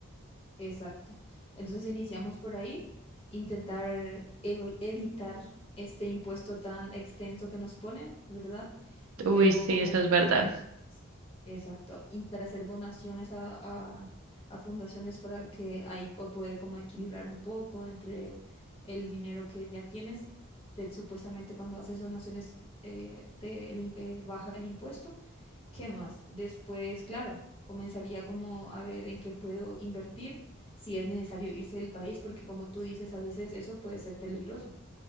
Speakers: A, on the left; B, on the right.
A: Exacto. Entonces iniciamos por ahí, intentar evo- evitar este impuesto tan extenso que nos ponen, ¿verdad? Luego,
B: Uy, sí,
A: obviamente,
B: eso es verdad.
A: s- exacto, intentar hacer donaciones a, a- a fundaciones para que ahí po- poder como equilibrar un poco entre el dinero que ya tienes. Te- supuestamente cuando haces donaciones eh, te, el imp- eh, baja el impuesto ¿Qué más? Después, claro, comenzaría como a ver en qué puedo invertir, si es necesario irse del país, porque como tú dices, a veces eso puede ser peligroso.